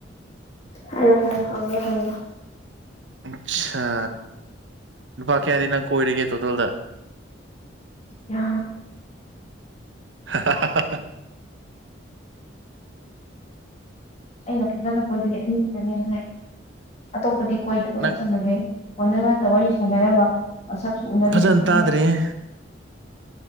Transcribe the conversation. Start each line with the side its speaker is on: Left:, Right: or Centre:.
Left: ꯍꯥꯏꯔꯣ ꯍꯥꯏꯔꯣ ꯍꯪꯉꯣ ꯍꯪꯉꯣ
Right: ꯑꯁꯥ ꯅꯨꯄꯥ ꯀꯌꯥꯗꯤ ꯅꯪ ꯀꯣꯏꯔꯒꯦ ꯇꯣꯇꯦꯜꯗ
Left: ꯌꯥ
Right: ꯍꯥ ꯍꯥ ꯍꯥ
Left: ꯑꯩꯅ ꯐꯖꯅ ꯀꯣꯏꯕꯗꯤ ꯑꯅꯤ ꯈꯠꯇꯅꯦ ꯑꯇꯣꯞꯄꯗꯤ ꯀꯣꯏꯗꯕꯒ
Right: ꯅꯪ
Left: ꯆꯞ ꯃꯥꯟꯅꯩ ꯐꯣꯟꯗꯉꯥꯛꯇ ꯋꯥꯔꯤ ꯁꯥꯟꯅꯔꯕ ꯃꯁꯛꯁꯨ ꯎꯅꯒ꯭ꯔꯤꯗꯤ
Right: ꯐꯖꯅ
Left: ꯑꯗꯨꯝ
Right: ꯇꯥꯗ꯭ꯔꯦꯍꯦ